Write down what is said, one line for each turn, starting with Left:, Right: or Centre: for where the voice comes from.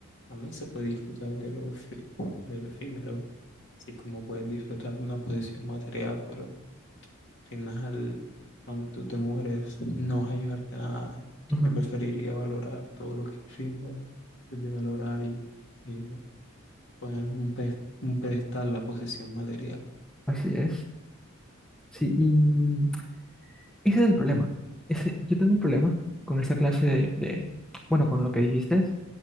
Left: También se puede disfrutar de lo, efe- de lo efímero, así como puedes disfrutar de una posición material, pero al final, cuando tú te mueres, no vas a llevarte nada.
Centre: ujú,
Left: Yo preferiría valorar todo lo que es efímero, de valorar y eh, poner en un pes- un pedestal la posesión material.
Centre: Así es. Sí, y mm, ese es el problema. Ese, yo tengo un problema con esa clase de, de- bueno, con lo que dijiste,